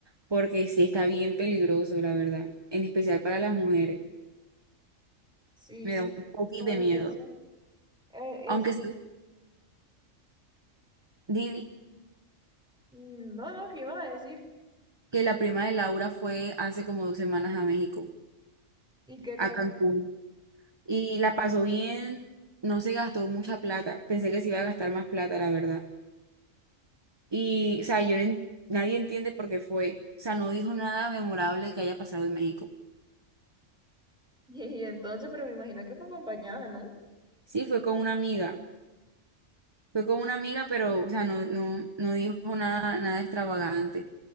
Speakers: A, on the right (about 20°); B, in the centre.
A: porque sí está bien peligroso, la verdad, en especial para las mujeres.
B: Sí,
A: Me da un poquito
B: no,
A: de
B: y
A: miedo.
B: eso. eh,
A: Aunque
B: es...
A: sí, Didi,
B: Mm, No, no, ¿qué iba a decir?
A: que la prima de Laura fue hace como dos semanas a México,
B: ¿Y qué tal?
A: a Cancún,
B: <laughs>
A: y la pasó bien, no se gastó mucha plata. Pensé que se iba a gastar más plata, la verdad. Y, o sea, yo no en- nadie entiende por qué fue. O sea, no dijo nada memorable que haya pasado en México.
B: Y, entonces, pero me imagino que fue acompañada, ¿no? O
A: Sí, fue con una amiga. Fue con una amiga, pero, o sea, no, no, no dijo nada, nada extravagante.